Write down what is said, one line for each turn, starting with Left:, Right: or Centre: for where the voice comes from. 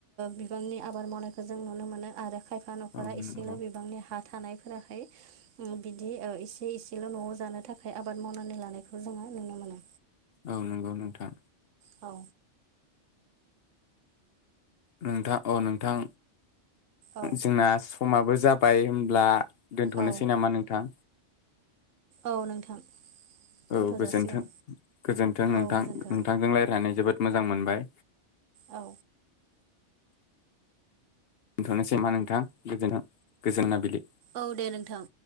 Right: बिबांनि आबाद मावनायखौ जों नुनो मोनो आरो खायफा नखरा
Left: औ
Right: इसेल
Left: नंगौ
Right: बिबांनि हा थानायफोराहाय बिदि एसे एसेल नआव जानो थाखाय आखाइ आबाद मावनानै लानायखौ जोंङो नुनो मोनो
Left: औ नोंगौ नोंथां
Right: औ
Left: नोंथां अ नोंथां
Right: औ
Left: जोंना समाबो जाबाय होनब्ला दोनथनोसै
Right: औ
Left: नामा नोंथां
Right: औ नोंथां
Left: औ
Right: दोनथ'
Left: गोजोनथों
Right: जासिगोन
Left: गोजोनथों नोंथां
Right: औ गोजोन्थों
Left: नोंथांजों रायज्लायनानै जोबोद मोजां मोनबाय
Right: औ
Left: दोनथनोसै नामा नोंथां गोजोन गोजोन मोनाबिलि
Right: औ दे नोंथां